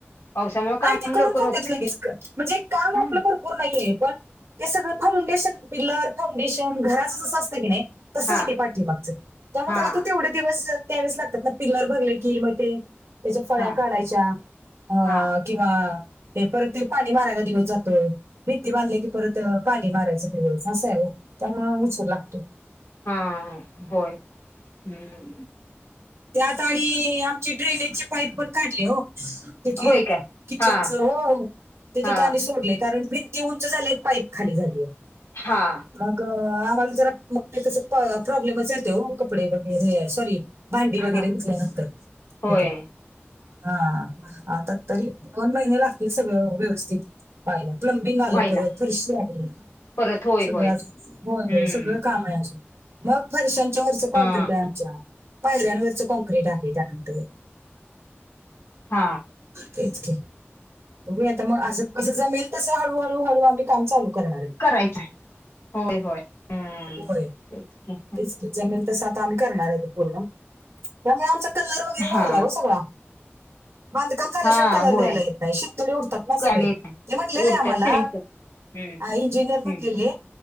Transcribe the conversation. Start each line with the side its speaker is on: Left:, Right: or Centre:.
Left: पावसामुळे
Right: नाही
Left: काम
Right: ते करून
Left: लवकर
Right: जात्यांत
Left: होत
Right: लगेचकण म्हणजे काम
Left: नाही
Right: आपलं पोर नाहीेये पण ते सगळं फाउंडेशन, पिल्लर, फाउंडेशन घराचं जसं असतं की नाही तस
Left: हा
Right: आहे ते पाठीमागचं, त्यामुळे
Left: हा
Right: त्याला त तेवढे दिवस द्यावेच लागतात ना पिलर भरलं की म ते त्याच्या फळ्या
Left: हा
Right: काढायच्या अ
Left: हा
Right: किंवा हे परत पाणी मारायला दिवसं जातोय भित्ती बांधल्या की परत पाणी मारायच. तेव अस आहे ओ त्यामूळ उशीर लागतो.
Left: हा हा बोल हूं!
Right: त्या आता आणि आमची ड्रेनेजची पाईप पण काढली हो. तिथली
Left: होय काय
Right: किचनचं
Left: हा
Right: हो तेथे
Left: हा
Right: तानी सोडल कारण फी ती उंच झालेय पाईप खाली झालीयां
Left: हा!
Right: मग आम्हाला जरा मगं तेचा तसा प्रॉब्लेमच येते हो कपडे वगैरे सॉरी. भांडी
Left: हा
Right: वगैरे विकल्यानंतर तिथ
Left: होय
Right: हा आता तरी. दोन महिने लागतील, सगळं व्यवस्थित पाहायला प्लंमबिंग आलं
Left: व्हायला
Right: परत फरशी आली.
Left: परत होय
Right: सगळं
Left: होय
Right: अजु होय,
Left: हम्म
Right: होय सगळं काम आहे आजून. मग फर्शांच्या वरच कोंकरीट
Left: हा
Right: आहे आमच्या पायऱ्यांवरच कोंक क्रीट आहे त्यानंतर
Left: हा
Right: तेच की. बघू यां आता म असं कसं जमेल तस हळू-हळू, हळू आम्ही काम चालू करणार आहे.
Left: करायचं होय, होय हूं!
Right: होय
Left: ते च की.
Right: तेच की जमेल तसं आता आम्ही करणार आहे ते पूर्ण त्यामुळे आमचा कल्लर वगैरे
Left: हा
Right: राहिला हो सगळा. बांधकाम केल्याशिवाय
Left: हा
Right: कलर
Left: होय
Right: दयायला येत नाही, शिंतोडे उडतात ना सगळे.
Left: कळालं येत
Right: ते म्हणलेले
Left: उडत्यात
Right: आम्हाला
Left: सिमेंटच हम्म
Right: आ इंजिनियर म्हणलेले
Left: हम्म